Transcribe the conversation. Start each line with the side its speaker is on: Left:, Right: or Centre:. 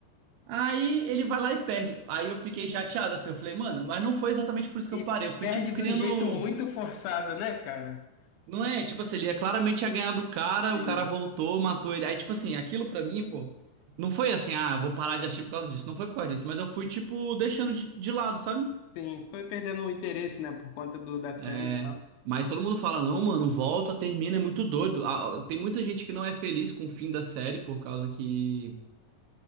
Right: Aí ele vai lá e perde. Aí eu fiquei chateado assim, eu falei, mano, mas não foi exatamente por isso que
Left: E
Right: eu parei. Eu fui
Left: perde
Right: tipo criando
Left: de um jeito muito forçado, né, cara?
Right: Não é, tipo assim, ele ia claramente ia ganhar do cara,
Left: Sim,
Right: o cara voltou, matou ele. Aí, tipo assim, aquilo pra mim, pô, não foi assim, ah, vou parar de assistir por causa disso. Não foi por causa disso, mas eu fui, tipo, deixando de, de lado, sabe?
Left: sim. Foi perdendo o interesse, né? Por conta do, da trama
Right: É.
Left: e tal.
Right: Mas todo mundo fala, não, mano, volta, termina, é muito doido. Ah, tem muita gente que não é feliz com o fim da série por causa que.